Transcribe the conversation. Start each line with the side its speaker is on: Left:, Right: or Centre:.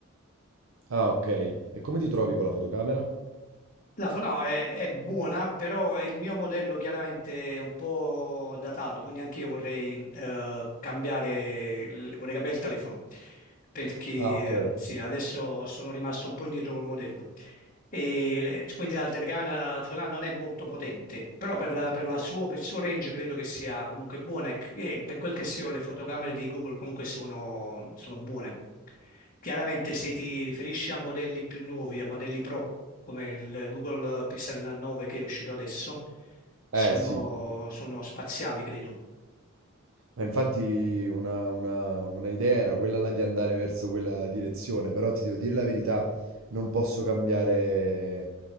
Right: Ah, ok. E come ti trovi con la fotocamera?
Left: La fo- no, è, è buona, però il mio modello chiaramente è un po' datato, quindi anche io vorrei, eh, cambiare, il- vorrei cambiare il telefono, perché eh,
Right: Ah, ok.
Left: sì, adesso sono rimasto un po' indietro col modello. E le- quindi la telecamera la fotocamera non è molto potente, però per, la- per la suo- per il suo range credo che sia comunque buona e, e per quel che sia le fotocamere di Google comunque sono, sono buone. Chiaramente se ti riferisci a modelli più nuovi, a modelli pro, come il Google Pixel 9 che è uscito adesso, sono,
Right: Eh sì.
Left: sono spaziali credo.
Right: Ma infatti una, una- una idea era quella là di andare verso quella direzione, però ti devo dire la verità, non posso cambiare,